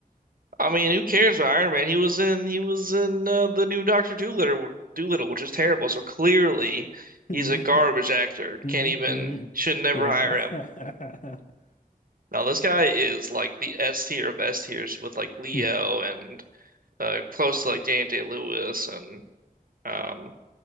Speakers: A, on the right; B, on the left.
A: I mean, who cares about Iron Man? He was in. He was in uh, the new Doctor Doolittle, Doolittle, which is terrible. So clearly,
B: <laughs> hmm
A: he's a garbage actor.
B: hmm
A: Can't even.
B: hmm
A: Should never
B: Yeah.
A: hire
B: <laughs>
A: him. Now this guy is like the S tier of S tiers with like Leo
B: hmm
A: and uh, close to like Daniel Day-Lewis and um,